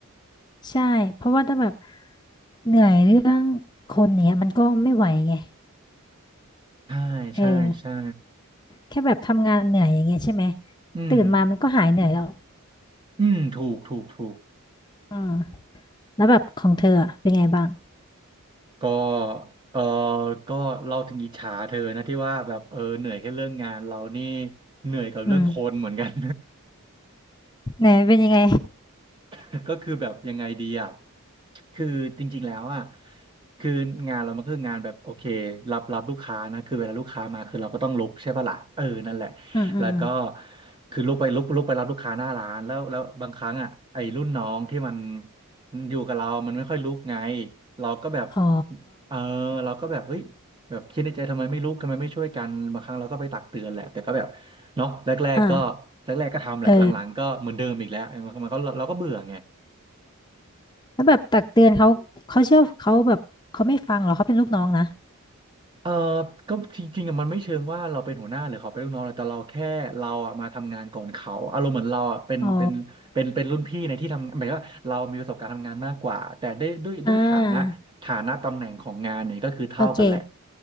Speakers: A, on the left (about 20°); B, on the right (about 20°).
A: ใช่เพราะว่าถ้าแบบเหนื่อยเรื่องคนเนี้ยมันก็ไม่ไหวไง
B: ใช่ใช่ใช่
A: เออ แค่แบบทำงานเหนื่อยอย่างเงี้ยใช่ไหม
B: อืม
A: ตื่นมามันก็หายเหนื่อยแล้ว
B: อืมถูกถูกถูก
A: อืมแล้วแบบของเธออะเป็นไงบ้าง
B: ก็เออก็เราถึงอิจฉาเธอนะที่ว่าแบบเออเหนื่อยแค่เรื่องงานเรานี่เหนื่อยกับเรื่องคนเหมือนกัน
A: อืมไหนเป็นยังไง
B: <laughs> ก็คือแบบยังไงดีอ่ะคือจริงๆแล้วอ่ะคืองานเรามันคืองานแบบโอเครับรับลูกค้านะคือเวลาลูกค้ามาคือเราก็ต้องลุกใช่ปะล่ะเออนั่นแหละ
A: อืมอืมอืม
B: แล้วก็คือลุกไปลุกลุกไปรับลูกค้าหน้าร้านแล้วแล้วบางครั้งอ่ะไอ้รุ่นน้องที่มันมันอยู่กับเรา มันไม่ค่อยลุกไงเราก็แบบ
A: อ๋อ
B: เออเราก็แบบเฮ้ยแบบคิดในใจทำไมไม่ลุกทำไมไม่ช่วยกันบางครั้งเราก็ไปตักเตือนแหละแต่ก็แบบเนาะแรกๆก็
A: อ่า
B: แรกๆก็ทำแหละหลังๆก็เหมือนเดิมอีกแล้วเออมันก็เราก็เบื่อไง
A: เออแล้วแบบตักเตือนเขาเขาเชื่อเขาแบบเขาไม่ฟังเหรอเขาเป็นลูกน้องนะ
B: เออก็จริงๆอะมันไม่เชิงว่าเราเป็นหัวหน้าหรือเขาเป็นลูกน้องเลยแต่เราแค่เราอะมาทำงานก่อนเขา อารมณ์เหมือนเราอะเป็นเป็นเป็นเป็นรุ่นพี่ในที่ทำหมายว่าเรามีประสบการณ์ทำงานมากกว่า
A: อ๋อ
B: แต่ได้ด้วยด้วยฐานะฐานะตำแหน่งของงานเนี่ยก็คือเท่ากันแหละ
A: อ่าโอเค